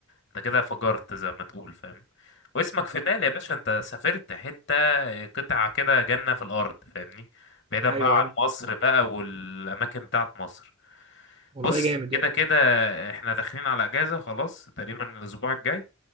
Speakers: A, on the left (about 55°); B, on the right (about 25°).
A: انت كده فجرت زي ما تقول فاهم واسمك في بالي يا باشا انت سافرت حتة قطعة كده جنة في الأرض فاهمني بعيدا
B: ايوه
A: بقى
B: ايوه
A: عن مصر بقى والأماكن بتاعت مصر
B: والله
A: بص
B: جامد
A: كده
B: يلا
A: كده احنا داخلين على اجازة خلاص تقريبا الأسبوع الجاي